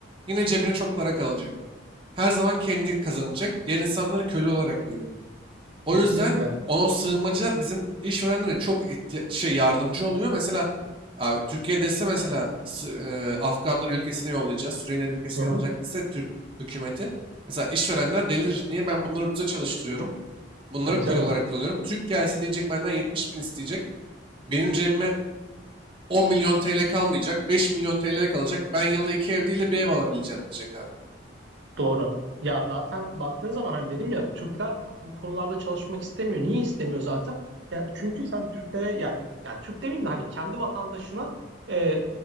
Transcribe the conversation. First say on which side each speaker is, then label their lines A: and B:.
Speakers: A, on the right; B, on the right.
A: yine cebine çok para kalacak. Her zaman kendi kazanacak. Diğer insanları köle olarak görüyor. O
B: Kesinlikle.
A: yüzden o sığınmacılar bizim işverenlere çok ihtiya- şey yardımcı oluyor. Mesela abi Türkiye dese mesela Sı- e, Afganlar ülkesine yollayacağız, Suriyeliler ülkesine
B: Hı hı.
A: yollayacak dese Türk hükümeti. Mesela işverenler delir. Niye ben bunları ucuza çalıştırıyorum? Bunları
B: Tabii
A: köle
B: tabii.
A: olarak kullanıyorum. Türk gelse diyecek benden 70 bin isteyecek. Benim cebime 10 milyon TL kalmayacak. 5 milyon TL kalacak. Ben yılda iki ev değil de bir ev alabileceğim diyecek abi.
B: Doğru. Ya zaten baktığın zaman hani dedim ya Türkler bu, bu konularda çalışmak istemiyor. Niye istemiyor zaten? Yani çünkü sen Türklere yani, yani Türk demeyeyim de hani kendi vatandaşına e,